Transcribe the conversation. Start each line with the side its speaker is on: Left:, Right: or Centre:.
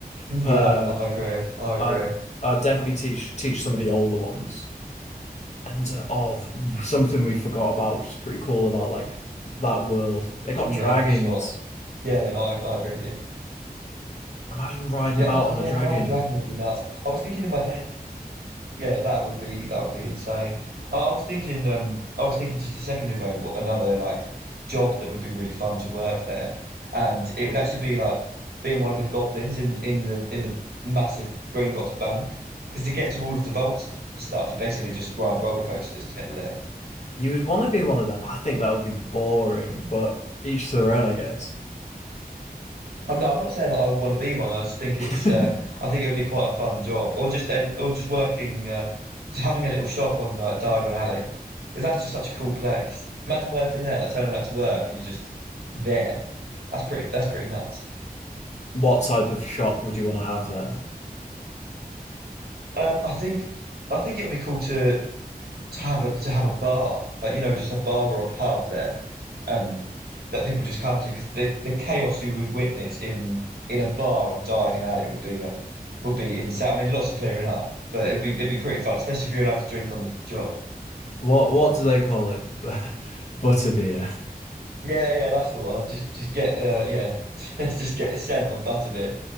Right: Mm,
Left: But
Right: Yeah,
Left: uh
Right: I agree. I agree.
Left: I'd I'd definitely teach teach some of the older ones. And uh, oh, the, something we forgot about, which is pretty cool about like that world. They got
Right: Yeah,
Left: dragons.
Right: for sure. Yeah, yeah, no, I, I agree with you.
Left: Imagine riding
Right: Yeah,
Left: about
Right: oh
Left: on
Right: yeah,
Left: a dragon.
Right: flying a dragon would be nuts. I was thinking in my head. Yeah, that would be that would be insane. I, I was thinking, um, I was thinking just a second ago, what another like job that would be really fun to work there, and it would actually be like being one of the goblins in in the in the massive Gringotts Bank. Because to get to all of the vaults and stuff, you basically just ride roller coasters to get there.
Left: You would want to be one of them. I think that would be boring, but each to their own, I guess.
Right: I'm no, I'm not saying that I would want to be one. I just think
Left: <laughs>
Right: it's uh, I think it would be quite a fun job, or just uh, or just working, uh, just having a little shop on uh, Diagon Alley, because that's just such a cool place. Imagine working there, like turning up to work and you're just there. That's pretty. That's pretty nuts.
Left: What type of shop would you want to have there?
Right: Um, I think I think it would be cool to. to have a, to have a bar, like you know, just a bar or a pub there, um, that people just come to because the the chaos you would witness in in a bar on Diagon Alley would be uh, would be insane. I mean, lots of clearing up, but it'd be it'd be pretty fun, especially if you're allowed to drink on the job.
Left: What what do they call it? <laughs> Butterbeer. <laughs>
Right: Yeah, yeah, that's the one. Just just get uh, yeah, <laughs> just get sent on butterbeer.